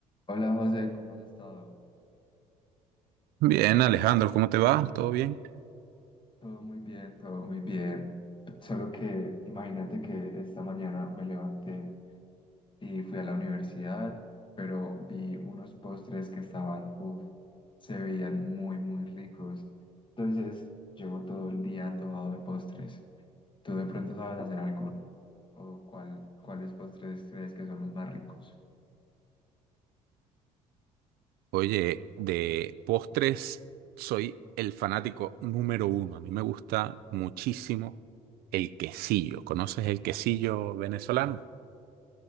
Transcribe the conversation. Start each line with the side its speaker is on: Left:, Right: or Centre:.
Left: Hola José, ¿cómo has estado?
Right: Bien, Alejandro, ¿cómo te va? ¿Todo bien?
Left: Todo muy bien, todo muy bien. Solo que imagínate que esta mañana me levanté y fui a la universidad, pero vi unos postres que estaban, uff, se veían muy, muy ricos. Entonces, llevo todo el día antojado de postres. ¿Tú de pronto sabes hacer alguno? ¿O cuál, cuáles postres crees que son los más ricos?
Right: Oye, de postres soy el fanático número uno. A mí me gusta muchísimo el quesillo. ¿Conoces el quesillo venezolano?